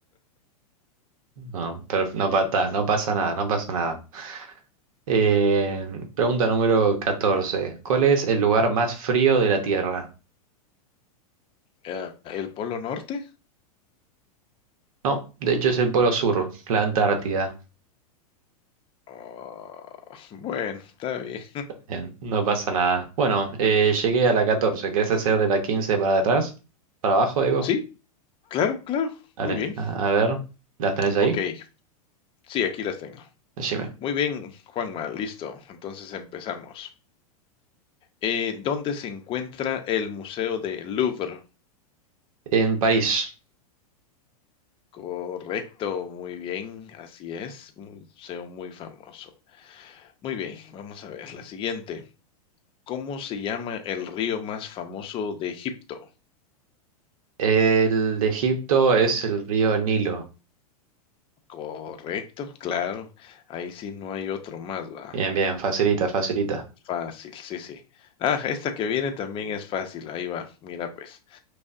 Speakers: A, on the right; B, on the left.
A: No, pero no, pa- ta, no pasa nada, no pasa nada. Eh, pregunta número 14. ¿Cuál es el lugar más frío de la Tierra?
B: Ah, ¿el Polo Norte?
A: No, de hecho es el Polo Sur, la Antártida.
B: Ah, <laughs> bueno, está bien.
A: Bien, no pasa nada. Bueno, eh, llegué a la catorce ¿Querés hacer de la 15 para atrás? ¿Para abajo, digo?
B: Sí, claro, claro.
A: Dale,
B: Muy bien.
A: a, a ver. ¿Las tenés ahí?
B: Ok, sí, aquí las tengo.
A: Decime.
B: Muy bien, Juanma, listo. Entonces empezamos. Eh, ¿dónde se encuentra el Museo del Louvre?
A: En París.
B: Correcto, muy bien, así es. un Museo muy famoso. Muy bien, vamos a ver la siguiente. ¿Cómo se llama el río más famoso de Egipto?
A: El de Egipto es el río Nilo.
B: Correcto, claro. Ahí sí no hay otro más, ¿va?
A: Bien, bien, facilita, facilita.
B: Fácil, sí, sí. Ah, esta que viene también es fácil. Ahí va, mira pues.